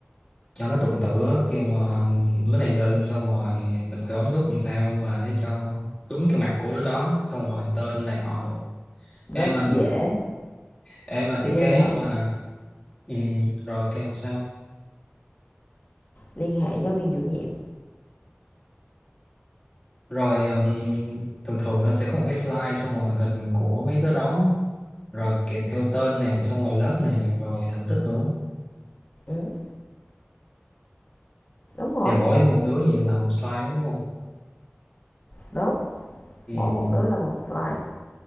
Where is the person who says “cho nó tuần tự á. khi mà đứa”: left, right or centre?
Left